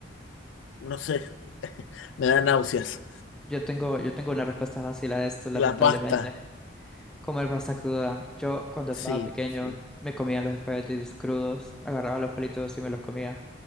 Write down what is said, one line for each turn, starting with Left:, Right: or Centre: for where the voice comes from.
Left: no sé, <laughs> me da náuseas.
Centre: Yo tengo, yo tengo una respuesta fácil a esto, lamentablemente.
Left: La pasta,
Centre: Comer pasta cruda. Yo cuando
Left: sí,
Centre: estaba pequeño
Left: sí.
Centre: me comía los espaguetis crudos, agarraba los palitos y me los comía.